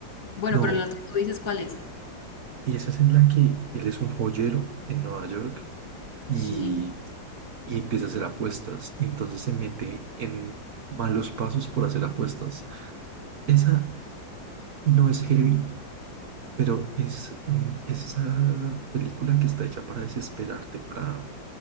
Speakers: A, on the left (about 45°); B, on the right (about 55°).
A: Bueno,
B: No,
A: pero la que tú dices, ¿cuál es?
B: y esa es en la que él es un joyero en Nueva York y,
A: Sí,
B: y empieza a hacer apuestas. Y entonces se mete en malos pasos por hacer apuestas. Esa no es heavy Pero es, mm, es esa película que está hecha para desesperarte, para,